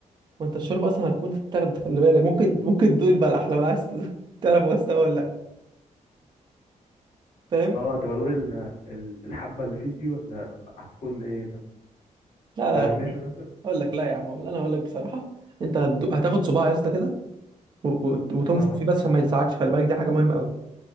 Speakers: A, on the right; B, on the left.
A: ما انت الشوربه اصلا هتكون تاخد خلي بالك ممكن ممكن تدوق البلح لو عايز تدوق- <laughs> تعرف هو استوى ولا لا فاهم
B: اه طب ادوق ال- ال- الحبة اللي في دي ولا هتكون ايه ده
A: لا لا
B: مقرمشة
A: لا
B: مثلا
A: اقول لك لا يا عم اقول انا اقول لك بصراحه انت هتدوق هتاخد صباع يا اسطى كده و- و- وتنفخ
B: اه
A: فيه بس عشان ما يلسعكش خلي بالك دي حاجه مهمه قوي